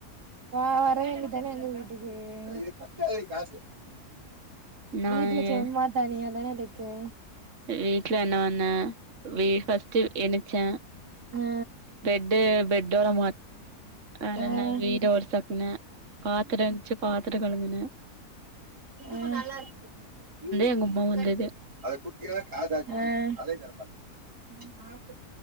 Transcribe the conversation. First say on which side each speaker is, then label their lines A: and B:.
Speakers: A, on the right (about 90°); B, on the right (about 50°).
A: வாறேன்னு வரவேண்டிதானே எங்க வீட்டுக்கு
B: நானு
A: வீட்டுல சும்மா தனியா தானே இருக்க ஏன்
B: வீட்டு்ல என்னப் பண்ண வே பர்ஸ்டு எந்துருச்சேன்
A: ஆ
B: பெட்டு பெட். டோரா வேற என்ன
A: ஆ
B: வீ ட பாத்ரம் இருந்துச்சு பாத்தரம் கழுவுனேன்
A: ஹன்
B: எங்க உம்மா வந்தது
A: ஆம் போ.